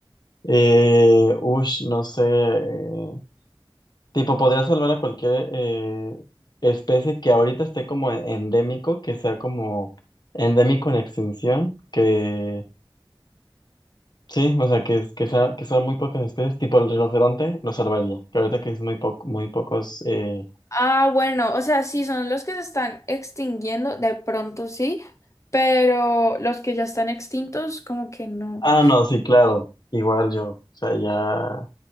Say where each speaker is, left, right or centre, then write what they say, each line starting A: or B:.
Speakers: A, on the left (about 50°); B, on the left (about 35°).
A: Eh, ush, no sé. eh, Tipo, podría salvar a cualquier eh, especie que ahorita esté como en- endémico, que sea como endémico en extinción, que sí, o sea, que, es- que, sea, que sean muy pocas especies, tipo el rinoceronte, lo salvaría, que ahorita que es muy, po- muy pocos... eh,
B: Ah, bueno, o sea, sí, son los que se están extinguiendo, de pronto sí, pero los que ya están extintos, como que no.
A: Ah, no, sí, claro, igual yo, o sea, ya,